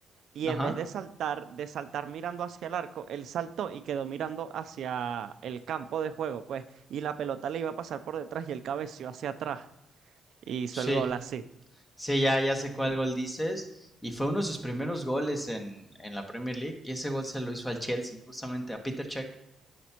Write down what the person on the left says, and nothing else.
Ajá.
Sí.
Sí, ya, ya sé cuál gol dices. Y fue uno de sus primeros goles en, en la Premier League. Y ese gol se lo hizo al Chelsea, justamente a Peter Cech.